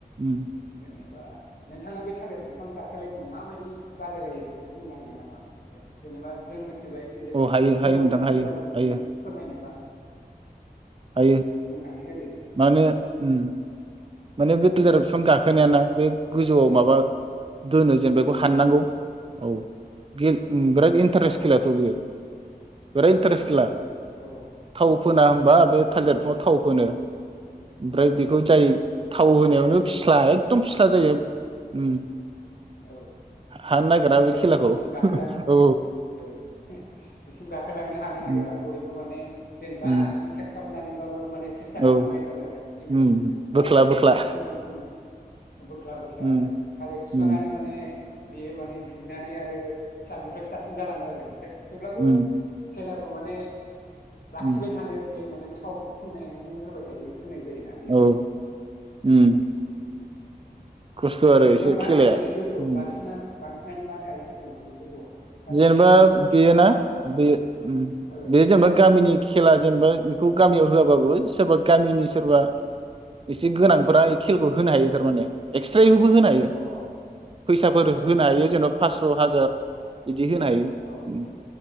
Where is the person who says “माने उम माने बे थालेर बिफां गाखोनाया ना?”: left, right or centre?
Right